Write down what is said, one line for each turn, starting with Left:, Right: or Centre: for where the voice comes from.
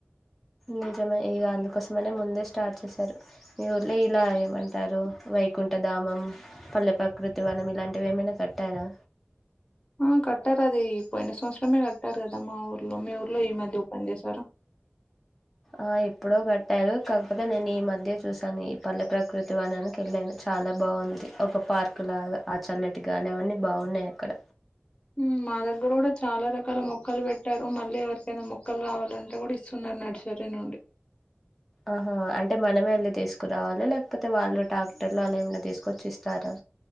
Centre: నిజమే ఇగందుక్ కోసమనే ముందే స్టార్ట్ చేశారు. మీ ఊళ్ళ ఇలా ఏమంటారు వైకుంఠధామం, పల్లె ప్రకృతి, వనం ఇలాంటివి ఏమైనా కట్టారా.
Left: ఆ కట్టార్ అదీ పొయిన సంవత్సరమే కట్టారు గదా మా ఊర్ లో. మీ ఊర్లో ఈ మధ్య ఓపెన్ చేశారా.
Centre: ఆ ఎప్పుడో కట్టారు కాక్ <unintelligible> నేను ఈ మధ్య చూశాను. ఈ పల్లె ప్రకృతి వానానికి వెళ్ళాను చాలా బాగుంది. ఒక పార్క్ లాగా, ఆ చల్లటి గాలి అవన్నీ బాగున్నాయి అక్కడ.
Left: ఉమ్ మా దగ్గర కూడా చాలా రకాల మొక్కలు పెట్టారు. మళ్ళీ ఎవరికైనా మొక్కల్ కావాలంటే కూడా ఇస్తున్నారు నర్సరీ నుండి.
Centre: ఆహా అంటే మనమే ఎళ్ళి తీస్ రావాలి లేకపోతే వాళ్ళు ట్రాక్టర్లు వాళ్ళు ఏమన్న తీసుకొచ్చి ఇస్తారా?